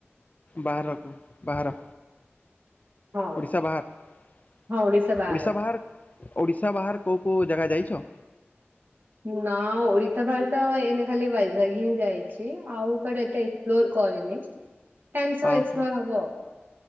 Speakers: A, on the left; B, on the right.
A: ବାହାରକୁ ବାହାର
B: ହଁ
A: ଓଡ଼ିଶା ବାହାର
B: ହଁ ଓଡିଶା ବାହାରେ।
A: ଓଡ଼ିଶା ବାହାର ଓଡିଶା ବାହାର୍ କୋଉ କୋଉ ଜାଗା ଯାଇଛ?
B: ନା ଓଡ଼ିଶା ବାହାର୍ ତ ଏଇନେ ଖାଲି ୱାଇଜାଗ୍ ହିଁ ଯାଇଚି ଆଉ କଆଡେ ଏତେ ପ୍ଲୋର କରିନି ଟାଇମ ସହ
A: ଓହୋ
B: ଏକ୍ସପ୍ଲୋର ହବ।